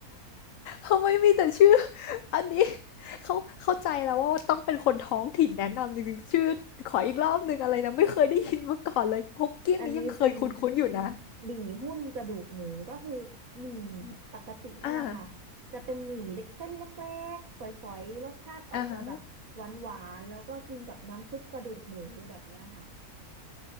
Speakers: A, on the left; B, on the right.
A: ทำไมมีแต่ชื่ออันนี้เขาเข้าใจแล้วว่าต้องเป็นคนท้องถิ่นแนะนำจริงๆชื่อขออีกรอบหนึ่งอะไรนะไม่เคยได้ยินมาก่อนเลยฮกเกี้ยงนี่ยังเคยคุ้นๆอยู่นะ
B: อันนี้เป็น หมี่หุ้นกระดูกหมูก็คือหมี่ปกติเนี่ยแหละค่ะ
A: อ่า
B: จะเป็นหมี่เล็กเส้นเล็กๆฝอยๆรสชาติออกจะแบบหวานๆแล้วก็กินกับน้ำซุปกระดูกหมูแบบเนี้ยค่ะ
A: อ่าฮะ